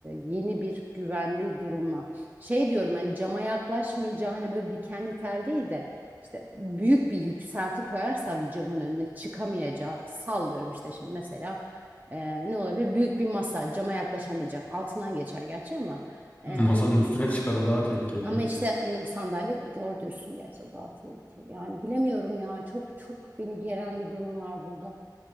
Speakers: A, on the right; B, on the left.
A: yeni bir güvenli durumla. Şey diyorum hani cama yaklaşmayacağı hani böyle dikenli tel değil de işte büyük bir yükselti koyarsak camın önüne çıkamayacağı sallıyorum işte şimdi mesela ee, ne olabilir? Büyük bir masa, cama yaklaşamayacak. Altından geçer gerçi ama
B: <laughs>
A: e,
B: Masanın
A: hani
B: üstüne çıkar o daha tehlikeli
A: ama
B: ya.
A: işte hani sandalye doğru diyorsun gerçi o daha tehlikeli. Yani bilemiyorum ya çok çok beni geren bir durum var burada.